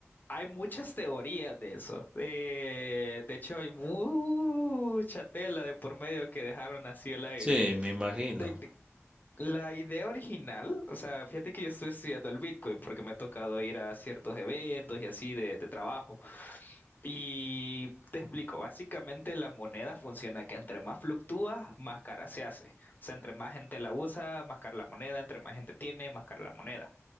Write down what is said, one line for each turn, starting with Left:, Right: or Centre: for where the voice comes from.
Left: Hay muchas teorías de eso. Eh, de hecho, hay mucha tela de por medio que dejaron así el aire.
Right: Sí, me imagino.
Left: De- de- la idea original, o sea, fíjate que yo estoy estudiando el Bitcoin porque me ha tocado ir a ciertos eventos y así de, de trabajo. Y te explico, básicamente la moneda funciona que entre más fluctúa, más cara se hace. O sea, entre más gente la usa, más cara la moneda, entre más gente tiene, más cara la moneda.